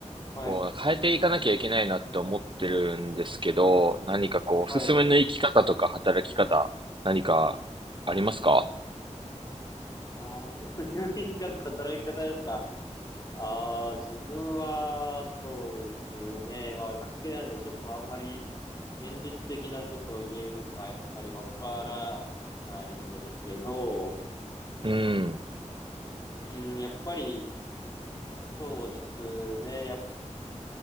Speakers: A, on the left; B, on the right.
A: はい、
B: こう、変えていかなきゃいけないなって思ってるんですけど、何かこう、おすすめの生き方とか働き方、
A: はい。
B: 何かありますか
A: ああ、手先の一家の働き方ですかああー、自分は、そうですね。まあ、学生なんで、ちょっとあんまり、現実的なことを言えるか、やっぱりわからないんですけど、
B: うん、
A: うん、やっぱり、そうですね。やっ、